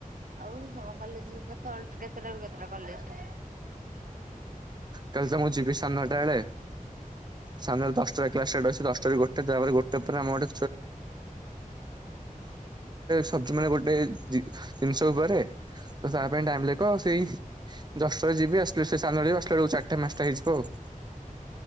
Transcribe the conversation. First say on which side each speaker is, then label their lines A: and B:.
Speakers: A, on the right; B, on the right.
A: ଆଉଜ ତମ କଲେଜର କେତବଳଠୁ କେତେ କେତେଟାରୁ କେତେଟା କଲେଜଟା।
B: କାଲି ତ ମୁଁ ଯିବି ସାଡେନଟା ବେଳେ। ସଡେନଟା ଦଶଟା କ୍ଲାସ ଷ୍ଟାଟ ଅଛି, ଦସ ତା ଗୋଟେ ତାପରେ ଗୋ <unintelligible> କର ଗୋଟେ ସବଜି ମାନେ ଗୋଟେ ଜିନିଷ ଉପରେ ତ ତା ପାଇଁ ଟାଇମ ଲେଖ ସେଇ ଦଶଟାରେ ଯିବି ଆସିଲେ ସେ ସାନ୍ଳ ଯିବ ଆସିଲ ବେକୁ ଚାରିଟେ ମାସଟ ହେଇଯିବ ଆଉ।